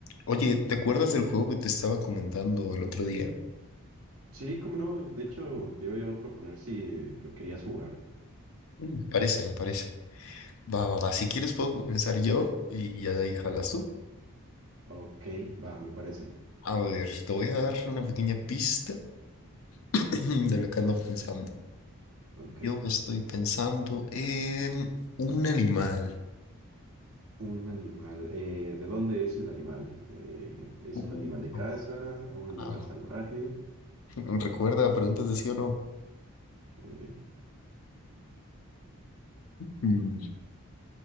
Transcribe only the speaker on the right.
Sí, cómo no. De hecho, te iba yo a proponer si lo querías jugar.
Ok, va, me parece.
Ok.
Un animal. Eh, ¿de dónde es el animal? Eh, ¿es
un animal de casa o un
animal salvaje?
Ok.